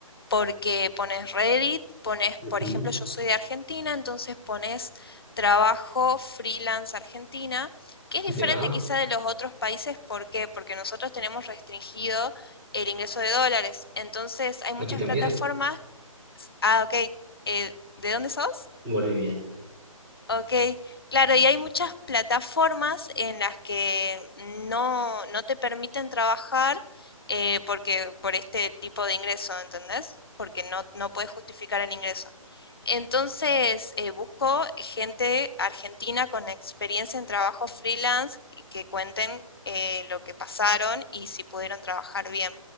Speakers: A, on the left; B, on the right.
A: porque pones Reddit, pones, por
B: Ujú.
A: ejemplo, yo soy de Argentina, entonces pones trabajo freelance Argentina, que es diferente
B: Ya,
A: quizá de los otros países, ¿por qué? Porque nosotros tenemos restringido el ingreso de dólares, entonces hay muchas
B: aquí también,
A: plataformas Ah, ok. Eh, ¿de dónde sos?
B: en Bolivia.
A: Ok. Claro, y hay muchas plataformas en las que no, no te permiten trabajar eh, porque, por este tipo de ingreso, ¿entendés? Porque no, no puedes justificar el ingreso. Entonces, eh, busco gente argentina con experiencia en trabajo freelance y que cuenten eh, lo que pasaron y si pudieron trabajar bien.